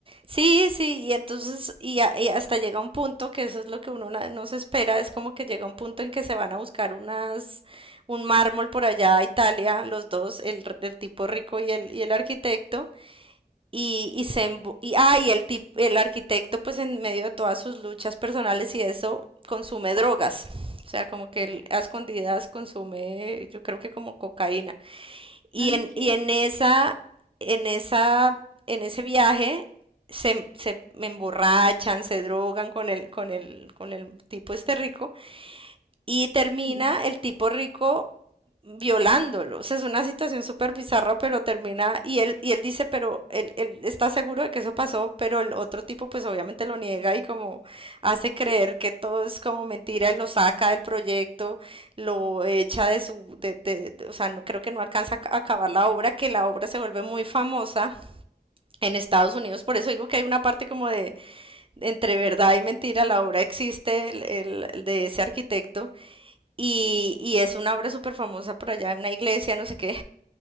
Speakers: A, on the right; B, on the left.
A: sí, sí, y entonces, y, a- y hasta llega un punto que eso es lo que uno na- no se espera, es como que llega un punto en que se van a buscar unas, un mármol por allá a Italia, los dos, el, r- el tipo rico y el, y el arquitecto, y, y se, embu- y, ah, y el tip- el arquitecto pues en medio de todas sus luchas personales y eso, consume drogas, o sea, como que él a escondidas consume, yo creo que como cocaína. Y
B: Ah,
A: en,
B: ok.
A: y en esa, en esa, en ese viaje se, se emborrachan, se drogan con el, con el, con el tipo este rico y termina
B: Sí.
A: el tipo rico violándolo. O sea, es una situación súper bizarra, pero termina, y él, y él dice, pero él, él, está seguro de que eso pasó, pero el otro tipo pues obviamente lo niega y como hace creer que todo es como mentira y lo saca del proyecto, lo echa de su, de, de, de, o sea, no, creo que no alcanza a acabar la obra, que la obra se vuelve muy famosa en Estados Unidos, por eso digo que hay una parte como de entre verdad y mentira, la obra existe el, el, de ese arquitecto y, y es una obra súper famosa por allá, una iglesia, no sé qué.